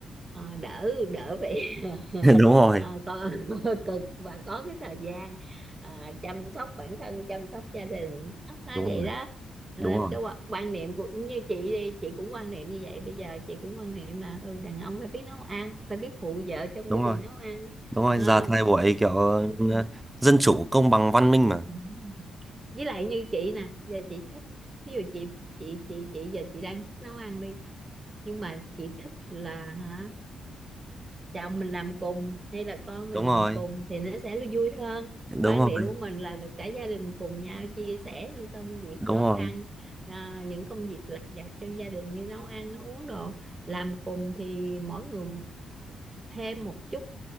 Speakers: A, on the right; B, on the right.
A: ờ, đỡ đỡ phải <laughs>
B: <laughs> đúng rồi
A: ờ, có <laughs> cực và có cái thời gian ờ, chăm sóc bản thân chăm sóc gia đình nó nó
B: đúng
A: vậy
B: rồi
A: đó Cho
B: đúng
A: nên
B: rồi
A: cái quan quan niệm của như chị đi chị cũng quan niệm như vậy bây giờ chị cũng quan niệm là ừ, đàn ông phải biết nấu ăn phải biết phụ vợ trong
B: đúng
A: cái
B: rồi
A: việc nấu ăn
B: đúng rồi
A: Không?
B: giờ thời buổi kiểu ờ, dân chủ công bằng văn minh mà
A: ừ với lại như chị nè giờ chị thích ví dụ chị chị chị chị giờ chị đang thích nấu ăn đi nhưng mà chị thích là hả chồng mình làm cùng hay là con mình
B: đúng
A: làm
B: rồi
A: cùng thì nó sẽ là vui hơn
B: đúng
A: quan
B: rồi
A: điểm của mình là, là cả gia đình cùng nhau chia sẻ những công việc
B: đúng
A: khó
B: rồi
A: khăn à, những công việc lặt vặt trong gia đình như nấu ăn nấu uống đồ làm cùng thì mỗi người thêm một chút